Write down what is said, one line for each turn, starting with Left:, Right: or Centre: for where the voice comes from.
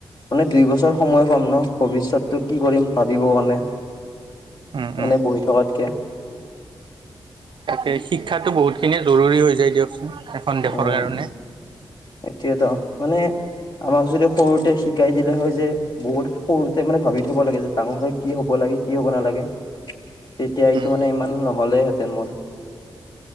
Left: মানে দুই বছৰ সময় পাম ন ভৱিষ্যতটো কি কৰিম ভাব দিব কাৰণে
Right: উম, উম।
Left: এনে বহি থকাতকে
Right: তাকে শিক্ষাতো বহুত খিনিয়ে জৰুৰী হৈ যায় দিয়কচোন এখন দেশৰ
Left: উম
Right: কাৰণে।
Left: এতিয়ােত মানে আমাক যদি সৰুতে শিকাই দিলে হয় যে বহুত সৰুতে মানে ভাবি থব লাগে যে ডাঙৰ হ কি হ'ব লাগে কি হ'ব নালাগে তেতিয়া এইটো
Right: উম,
Left: মানে ইমান নহলে হ মোৰ